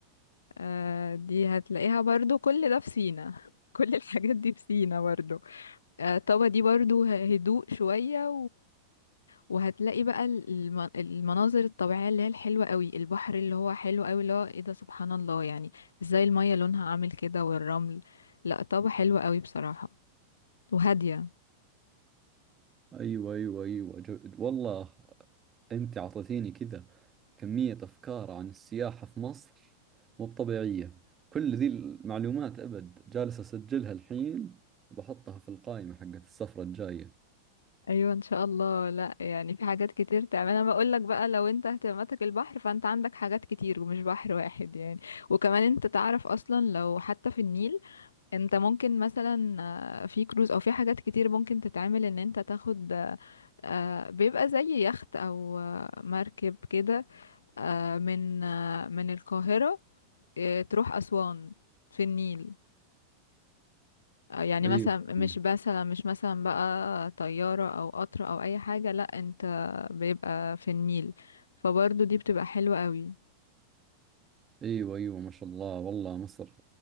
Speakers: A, on the left (about 70°); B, on the right (about 25°).
A: آه دي هتلاقيها برضو كل ده في سينا <laughs> كل الحاجات دي في سينا برضو آه طبعا دي برضو هدوء شوية وهتلاقي بقى ال- الم- المناظر الطبيعية اللي هي الحلوة قوي البحر اللي هو حلو قوي اللي هو ايه ده سبحان الله يعني ازاي المية لونها عامل كده والرمل لا طابع حلو قوي بصراحة وهادية
B: أيوة أيوة أيوة جو... والله أنت أعطيتيني كذا كمية أفكار عن السياحة في مصر مو طبيعية كل ذي المعلومات أبد جالس أسجلها الحين وبحطها في القائمة حقت السفرة الجاية
A: ايوه ان شاء الله لا يعني في حاجات كتير تعمل انا بقول لك بقى لو انت اهتماماتك البحر فانت عندك حاجات كتير ومش بحر واحد يعني وكمان انت تعرف اصلا لو حتى في النيل انت ممكن مثلا آه، في كروز او في حاجات كتير ممكن تتعمل ان انت تاخد آه، آه، بيبقى زي يخت او آه، مركب كده آه، من آه، من القاهرة آه، تروح أسوان في النيل آه، يعني
B: أيوة
A: مثلا مش
B: أيوة
A: مثلا مش مثلا بقى طيارة او قطر او اي حاجة لا انت بيبقى في النيل فبرضه دي بتبقى حلوة قوي
B: أيوة أيوة ما شاء الله والله مصر